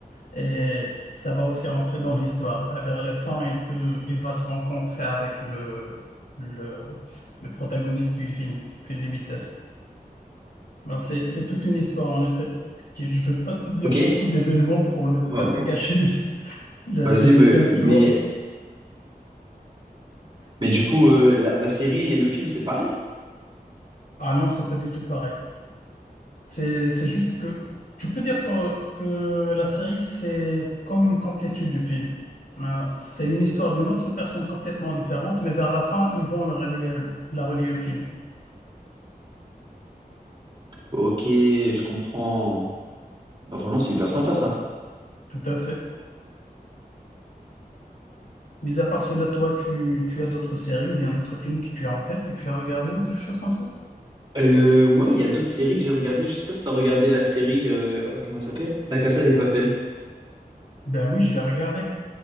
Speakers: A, on the left (about 70°); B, on the right (about 30°).
A: Et ça va aussi rentrer dans l'histoire. Là, Vers la fin, il peut, il va se rencontrer avec le, le, le protagoniste du film, Phil Limitless. Ben, c'est, c'est toute une histoire, en effet, qui, je veux pas te dire
B: Ok.
A: beaucoup d'événements pour ne pas
B: Euh,
A: te gâcher le, le,
B: Vas-y,
A: le suspense,
B: mais, mais,
A: tu vois.
B: mais du coup, euh, la, la série et le film, c'est pareil?
A: Ah non, c'est pas du tout pareil. C'est, c'est juste que, tu peux dire que, que la série, c'est comme une complétude du film. Ben, c'est une histoire d'une autre personne complètement différente, mais vers la fin, ils vont le relier, la relier au film.
B: Ok, je comprends. Bah, franchement, c'est hyper sympa ça.
A: Tout à fait. Mis à part cela, toi, tu, tu as d'autres séries ou bien d'autres films que tu as en tête, que tu as regardé ou quelque chose comme ça?
B: Euh, ouais, il y a d'autres séries que j'ai regardées. Je sais pas si t'as regardé la série. euh, Attends, comment elle s'appelle? La Casa des Papel.
A: Ben oui, je l'ai regardée.